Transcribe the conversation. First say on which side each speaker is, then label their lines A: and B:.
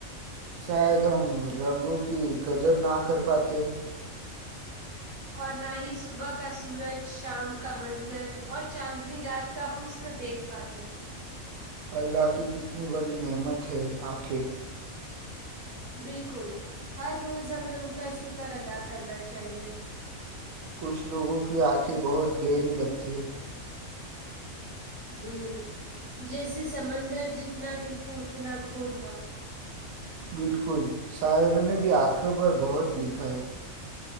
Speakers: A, on the right; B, on the right.
A: شاید ہم رنگوں کی قدر نہ کر پاتے
B: اور نہ ہی صبح کا سورج شام کا منظر اور چاندنی رات کا حسن دیکھ پاتے
A: اللہ کی کتنی بڑی نعمت ہے آنکھیں
B: بالکل ہر روز ہمیں ان کا شکر ادا کرنا چاہیے
A: کچھ لوگوں کی آنکھیں بہت گہری لگتی ہے
B: ہوں جیسے سمندر جتنا دیکھو اتنا کھو جاؤ
A: بالکل شاعروں نے بھی آنکھوں پر بہت لکھا ہے